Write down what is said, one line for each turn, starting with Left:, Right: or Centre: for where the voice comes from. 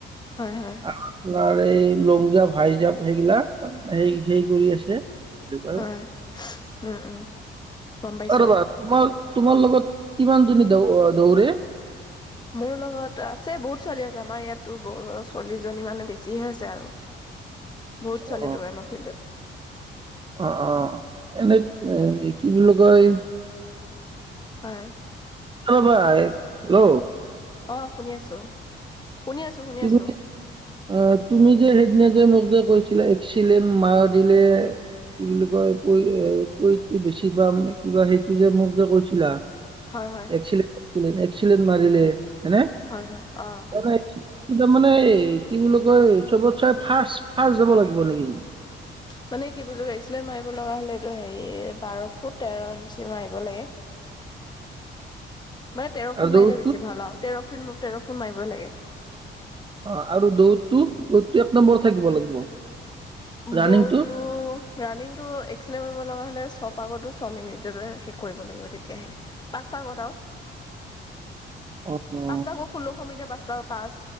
Left: হয় হয়
Right: আপোনাৰ এই লং জাম্প হাই জাম্প সেইগিলা সেই হেই কৰি আছে কি বুলি কয়
Left: হয় উম উম গম পাইছো
Right: অ ৰবা তোমাৰ তোমাৰ লগত কিমান জনী দ দৌৰে
Left: মোৰ লগত আছে বহুত ছোৱালী আছে আমাৰ ইয়াতো চল্লিশ জনী মানে বেছিহে আছে আৰু
Right: <inaudible>
Left: বহুত
Right: অ
Left: ছোৱালী দৌৰে আমাৰ ফিল্ডত
Right: অ অ এনে এ কি বুলি কয়
Left: হয়
Right: হেল্ল ভাই হেল্ল'
Left: অ শুনি আছো শুনি আছো শুনি
Right: তুমি
Left: আছো
Right: অ তুমি যে সেইদিনা যে মোক কৈছিলে এক্সিলেন মাৰ দিলে কি বুলি কয় পৰি এ প‌ইন্টটো বেছি পাম নে কিবা সেইটো যে মোক যে কৈছিলা
Left: হয় হয়
Right: এক্সিলেন্ট এক্সিলেন্ট মাৰিলে হয় নে
Left: হয় হয় অ
Right: এনেই তই তাৰ মানে কি বুলি কয় চবত চাই ফাৰ্ষ্ট ফাৰ্ষ্ট যাব লাগিব নেকি
Left: মানে কি বুলি কয় এক্সিলেন্ট মাৰিব লগা হ'লে এইটো হেৰি বাৰ ফুট তেৰ ইঞ্চি মাৰিব লাগে
Right: <inaudible>
Left: মানে তেৰ
Right: আৰু
Left: ফুট
Right: দৌৰটো
Left: মাৰিলে বেছি ভাল আৰু তেৰ ফুট মোক তেৰ ফুট মাৰিবই লাগে
Right: অ আৰু দৌৰটো দৌৰটো এক নম্বৰৰত থাকিব লাগিব ৰানিংটো
Left: দৌৰটো ৰাণিং টো এক্সিলেন্ট মাৰিব লগা হ'লে ছ পাগতো ছয় মিনিটতে শেষ কৰিব লাগিব তেতিয়াহে পাঁচ পাগত আও
Right: অ অ
Left: পাঁচ পাক গ ষোল্লশ মিটাৰ পাঁচ পাক পাঁচ